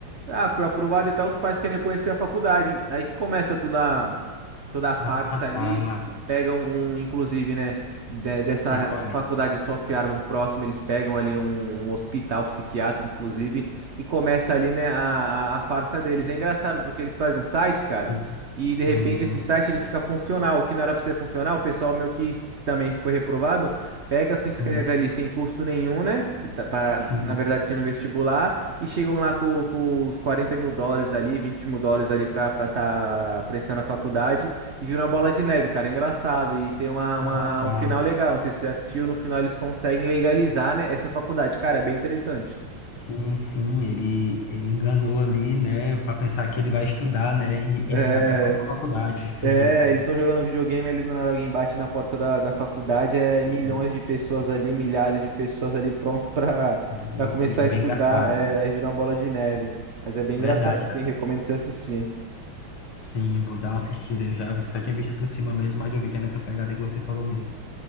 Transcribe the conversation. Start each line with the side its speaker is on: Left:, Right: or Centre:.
Right: ah, foi aprovado e tal, os pais querem conhecer a faculdade. Aí que começa toda, toda a farsa
Left: Ah,
Right: ali.
Left: tá.
Right: Eles pegam um, inclusive, né? de- dessa
Left: Sei qual é.
Right: faculdade South Harmon próximo, eles pegam ali um um hospital psiquiátrico, inclusive e começa ali, né, a, a a farsa deles. É engraçado porque eles fazem um site, cara,
Left: Sim.
Right: e de repente
Left: Uhum.
Right: esse site ele fica funcional, o que não era pra ser funcional, o pessoal meu que s- também foi reprovado, pega, se inscreve
Left: Sim.
Right: ali sem custo nenhum, né, e tá- para,
Left: Sim.
Right: na verdade, sendo vestibular, e chegam lá com, com os 40 mil dólares ali, 20 mil dólares ali pra estar tá prestando a faculdade, e vira uma bola de neve, cara, é engraçado, e tem uma, uma-
Left: Ah, tá.
Right: um final legal, não sei se você assistiu, no final eles conseguem legalizar, né, essa faculdade, cara, é bem interessante.
Left: Sim, sim, ele, ele enganou ali, né, para pensar que ele vai estudar, né, e
Right: É.
Left: eles abrem a própria faculdade. Sim,
Right: É,
Left: é,
Right: eles estão jogando videogame ali do nada alguém bate na porta da, da faculdade, é
Left: sim,
Right: milhões de pessoas ali, milhares de pessoas ali pronto para
Left: sim,
Right: para começar
Left: é
Right: a
Left: bem
Right: estudar,
Left: engraçado.
Right: é, aí vira uma bola de neve. Mas é bem engraçado,
Left: Verdade,
Right: sim,
Left: cara.
Right: recomendo você assistir.
Left: Sim, eu vou dar uma assistida. Eu já vi- só tinha visto por cima mesmo, mas eu vi que é nessa pegada que você falou mesmo.